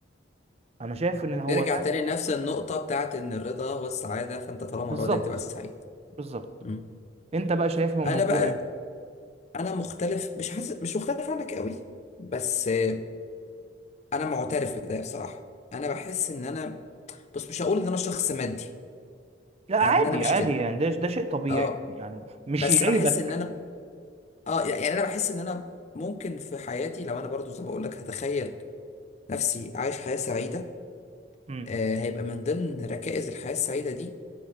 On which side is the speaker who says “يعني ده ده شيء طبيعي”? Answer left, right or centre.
Right